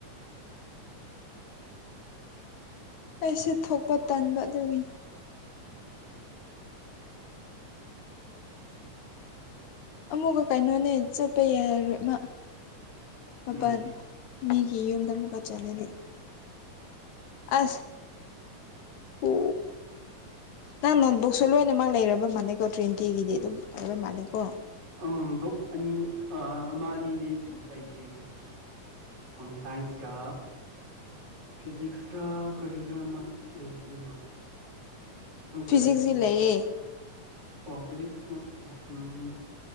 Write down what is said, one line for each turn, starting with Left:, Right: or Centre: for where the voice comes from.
Left: ꯑꯩꯁꯨ ꯊꯣꯛꯄ ꯇꯟꯥꯟꯕ ꯑꯗꯨꯒꯤ ꯑꯃꯨꯛꯀ ꯀꯩꯅꯣꯅꯦ ꯆꯠꯄ ꯌꯥꯔꯣꯏ ꯃꯥ ꯃꯄꯟ꯫
Right: ꯎꯝ
Left: ꯃꯤꯒꯤ ꯌꯨꯝꯗ ꯑꯃꯨꯛꯀ ꯆꯠꯂꯗꯤ꯫ ꯑꯁ ꯎ꯫ ꯅꯪ ꯅꯣꯠꯕꯨꯛꯁꯨ ꯂꯣꯏꯅꯃꯛ ꯂꯩꯔꯕ ꯃꯥꯜꯂꯦꯀꯣ ꯇ꯭ꯔꯦꯟꯇꯤꯒꯤꯗꯤ ꯑꯗꯨꯝ ꯂꯩꯕ ꯃꯥꯜꯂꯦꯀꯣ꯫
Right: ꯑꯨꯝ ꯕꯨꯛ ꯑꯅꯤ ꯑ ꯑꯃ ꯑꯅꯤꯗꯤ ꯂꯩꯇ꯭ꯔꯤꯗ꯫ ꯍꯣꯝ ꯁꯥꯏꯟꯁ ꯀ ꯐꯤꯖꯤꯛꯁ ꯔ꯫ ꯀꯔꯤꯔ ꯑꯃ ꯂꯩꯕ <unintelligible> ꯃꯨ ꯀ
Left: ꯐꯤꯖꯤꯛꯁꯤ
Right: ꯂꯩꯗꯨꯗ
Left: ꯂꯩꯌꯦ
Right: ꯑꯣ ꯐꯤꯖꯤꯛꯁ ꯅꯠꯇꯦ ꯎꯝ